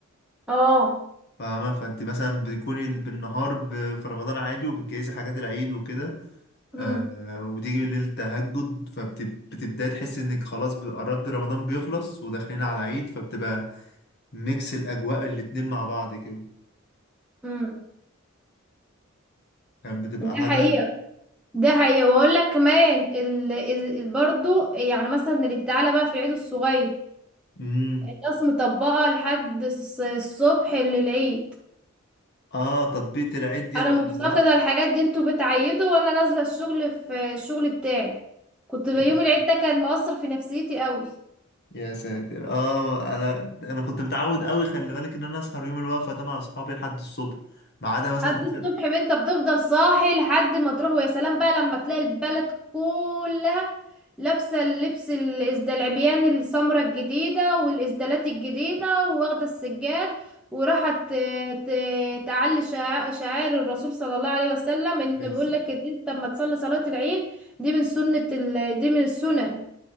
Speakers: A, in the centre; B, on the left.
A: اه
B: فاهمة فانت مثلا بتكوني بالنهار ب... في رمضان عادي وبتجهزي حاجات العيد وكده
A: امم
B: آه وتيجي بالليل تهجد فبتبدأي تحسي انك خلاص قربت رمضان بيخلص وداخلين على العيد فبتبقى ميكس الأجواء الاتنين مع بعض كده
A: امم
B: كانت بتبقى
A: ده
B: حاجة
A: حقيقة ده حقيقة واقول لك كمان ال... ال... برضو يعني مثلا اللي تعالى بقى في العيد الصغير
B: مم.
A: الناس مطبقة لحد الص- الصبح للعيد
B: اه تطبيق العيد ديت
A: انا
B: في
A: مفتقدة
B: الوقت
A: الحاجات دي انتوا بتعيدوا وانا نازلة الشغل في الشغل بتاعي كنت بيوم
B: يعني
A: العيد ده كان مؤثر في نفسيتي قوي
B: يا ساتر اه انا انا كنت متعود قوي خلي بالك ان انا اسهر يوم الوقفه ده مع اصحابي لحد الصبح ما عدا مثلا
A: لحد
B: اخر
A: الصبح ما انت بتفضل صاحي لحد ما تروح ويا سلام بقى لما تلاقي البلد كلها لابسه اللبس الازدال العبيان السمرة الجديده والازدالات الجديده واخده السجاد وراحت ت- ت- تعلي شع- شعائر الرسول صلى الله عليه وسلم ان
B: بس
A: بيقول لك ان انت لما تصلي صلاه العيد دي من سنه ال... دي من السنن